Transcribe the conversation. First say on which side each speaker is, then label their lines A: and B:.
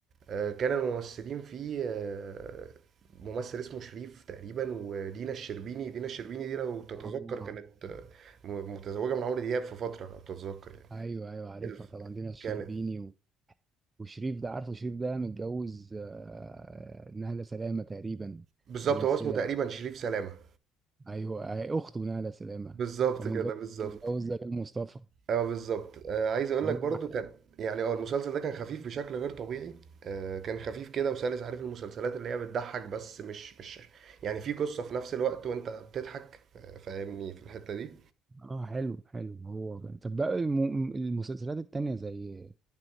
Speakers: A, on the right (about 50°); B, on the right (about 25°).
A: آه، كان الممثلين فيه آه، ممثل اسمه شريف تقريبا ودينا الشربيني دينا الشربيني دي لو تتذكر
B: اه
A: كانت آه، م- متزوجة من عمرو دياب في فترة لو تتذكر يعني
B: ايوه ايوه عارفها
A: الف-
B: طبعا دينا الشربيني
A: كانت
B: و... وشريف ده عارفه شريف ده متجوز آه، نهلة سلامة تقريبا
A: بالظبط
B: ممثلة
A: هو اسمه تقريبا شريف سلامة
B: ايوه هي اخته ناله سلامه
A: بالظبط
B: هو متجوز
A: كده بالظبط
B: متجوز دلال مصطفى
A: اه بالظبط آه، عايز اقول
B: مم.
A: لك برضو كان يعني اه المسلسل ده كان خفيف بشكل غير طبيعي آه، كان خفيف كده وسلس عارف المسلسلات اللي هي بتضحك بس مش مش يعني في قصة في نفس الوقت وانت بتضحك آه، فاهمني في الحتة دي
B: اه حلو حلو هو بقى. طب بقى الم- المسلسلات التانية زي